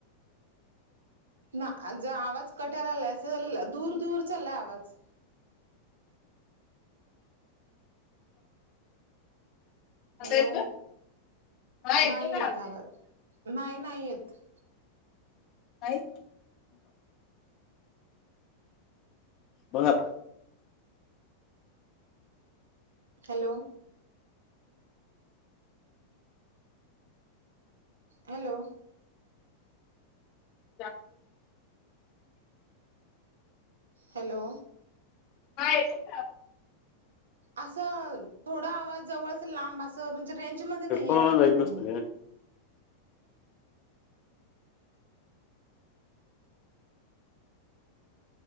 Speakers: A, on the right; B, on the left.
A: ना जर आवाज कट्यार आलाय. अस दूर दूर चाललाय आवाज.
B: आता
A: हॅलो.
B: येतोय हा येतोय
A: नाही
B: का
A: येत आवाज. नाही नाही येत.
B: नाही? बघ-
A: हॅलो. हॅलो.
B: <unintelligible>
A: हॅलो.
B: हा येतो का?
A: असं, थोडा आवाज जवळ असं लांब. असं म्हणजे रेंजमध्ये नाही
B: हेडफोनला
A: आहे वाटतं
B: जाईत
A: तुम्ही.
B: नसतं ग